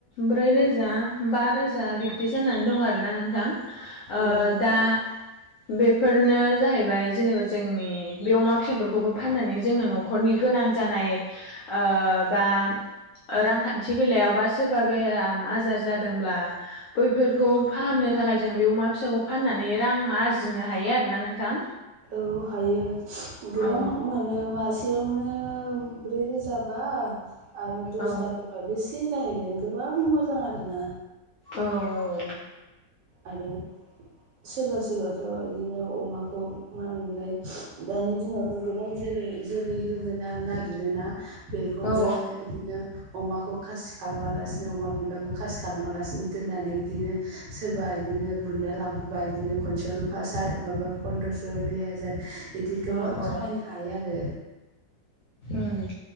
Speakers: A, on the left; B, on the right.
A: ब्रै रोजा बा रोजा बिब्दि जानानै दं आरोना नोंथां। ओ
B: औ
A: दा बेफोरनो जाहैबाय जेनेबा जोंनि बे अमा फिसाफोरखौबो फाननानै जोङो न'खरनि गोनां जानाय ओ बा रांखान्थि बेलायाव बा सोरबा बेराम आजार जादोंब्ला बैफोरखौ फाहामनो थाखाय जों बे अमा फिसाखौ फाननानै रां आरजिनो हायो आरोना नोंथां।
B: औ हायो गोबां
A: औ
B: मोनो मासे मासेयावनो ब्रै रोजा बा आरो दसथाफोरबा
A: औ
B: बेसे जाहैगोन गोबां मोजां आरोना।
A: औ औ
B: आरो सोरबा सोरबाथ' इदिनो अमाखौ मा होनोमोनलाय दानि दिनावथ' गोबां जेरै बे जोलै होनो नागिरोना बेखौनो
A: औ
B: इदिनो अमाखौ खासि खालामालासिनो अमा बुन्दाखौ खासि खालामालासिनो दोननानै बिदिनो सोरबा इदिनो बिदिनो बुन्दा लांफैबा बिदिनो खनसेयावनो माबा फन्द्रस' दुइ हाजार बिदि गोबां
A: औ औ
B: खामायनो
A: औ
B: हायो आरो।
A: उम